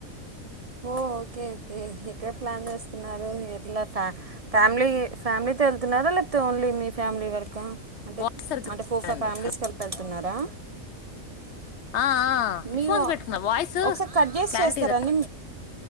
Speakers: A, on the right (about 55°); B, on the left (about 65°).
A: ఓ ఓకే ఓకే ఎక్కడ ప్లాన్ చేస్తున్నారు ఇట్లా ఫ్యా ఫ్యామిలీ ఫ్యామిలీ వెళ్తున్నారా లేప్తే ఓన్లీ మీ ఫ్యామిలీ వరక అంటే
B: వాయిస్ సరిగ్గా
A: అంటే ఫోర్
B: రాదండి
A: ఫైవ్ ఫ్యామిలీస్
B: హలో.
A: కలిపెళ్తన్నారా
B: ఆ ఆ, హెడ్
A: మీవా
B: ఫోన్స్ పెట్టుకున్నా వాయిస్
A: ఒకసారి కట్ చేసి
B: క్లారిటీ
A: చేస్తారా
B: రా-
A: అండి